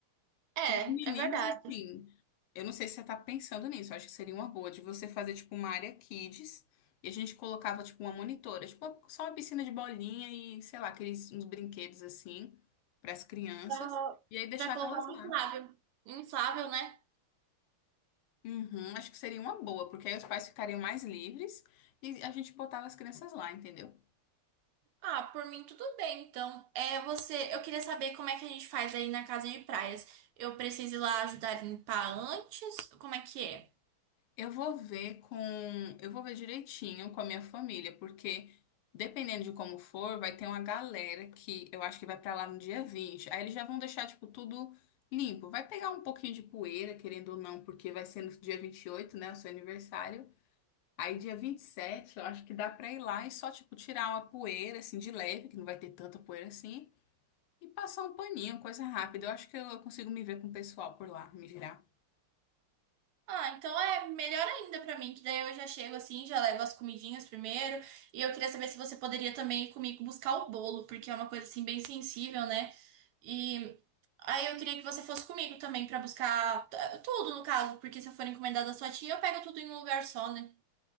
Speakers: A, on the right; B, on the left.
A: É,
B: E os meninos,
A: é verdade.
B: assim, eu não sei se você tá pensando nisso, eu acho que seria uma boa de você fazer, tipo, uma área kids e a gente colocava, tipo, uma monitora, tipo, só uma piscina de bolinha e, sei lá, aqueles uns brinquedos, assim, para as crianças
A: Pra,
B: e aí deixava
A: pra colocar
B: elas
A: um
B: lá.
A: inflável. Inflável, né?
B: Uhum, acho que seria uma boa, porque aí os pais ficariam mais livres e a gente botava as crianças lá, entendeu?
A: Ah, por mim tudo bem, então. É, você, eu queria saber como é que a gente faz aí na casa de praias. Eu preciso ir lá ajudar a limpar antes? Como é que é?
B: Eu vou ver com, eu vou ver direitinho com a minha família, porque dependendo de como for, vai ter uma galera que eu acho que vai pra lá no dia 20. Aí eles já vão deixar tipo tudo limpo. Vai pegar um pouquinho de poeira, querendo ou não, porque vai ser no dia 28, né, o seu aniversário. Aí dia 27, eu acho que dá pra ir lá e só tipo tirar uma poeira assim de leve, que não vai ter tanta poeira assim, e passar um paninho, coisa rápida. Eu acho que eu, eu consigo me ver com o pessoal por lá, me virar.
A: Ah, então é melhor ainda pra mim, que daí eu já chego assim, já levo as comidinhas primeiro. E eu queria saber se você poderia também ir comigo buscar o bolo, porque é uma coisa assim bem sensível, né? E aí eu queria que você fosse comigo também pra buscar t- tudo, no caso, porque se eu for encomendar da sua tia, eu pego tudo em um lugar só, né?